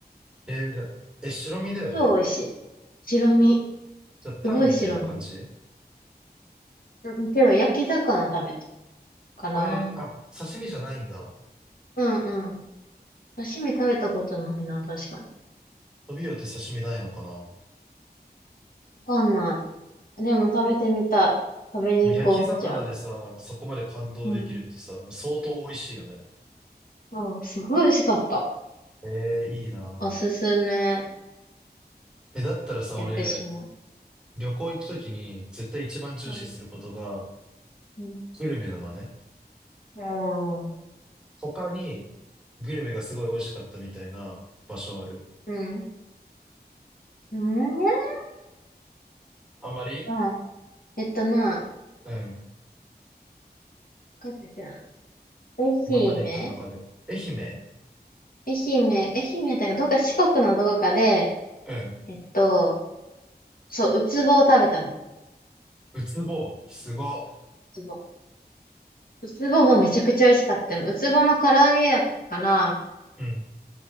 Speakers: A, in the centre; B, on the left (about 55°).
A: えー、じゃあ、え、白身だよね。
B: 超美味しい。白身。
A: じゃあ、タイみたいな感じえ
B: すごい白身。うんけど焼き魚食べたから、
A: ー、あ、刺身じゃないんだ。
B: うんうん。刺身食べたことないな、確かに。
A: トビウオって刺身ないのかな
B: わかんない。でも食べてみたい。食べに行こう、
A: でも焼き魚でさ、
B: じゃあ。
A: そこまで感動できるってさ、
B: うん。
A: 相当美味しいよね。
B: そう、すごい美味しかった。
A: ええいいな
B: おすすめ。
A: ぁ。え、だったらさ、
B: 屋久島。
A: 俺、旅行行くときに絶対一番重視することが
B: うん。うん。
A: グルメなのね。
B: おー
A: 他にグルメがすごい美味しかったみたいな場所ある。
B: うん。うん
A: あんまり
B: あ、えっとな、
A: うん。
B: どこやったっけな。愛媛
A: 今まで行った中で。愛媛
B: 愛媛、愛媛だけど、どっか四国のどこかで、
A: うん。
B: えっと、そう、ウツボを食べた
A: うつぼう。すご。
B: つぼ。うつぼもめちゃくちゃ美味しかったよ。うつぼの唐揚げやったから、
A: うん。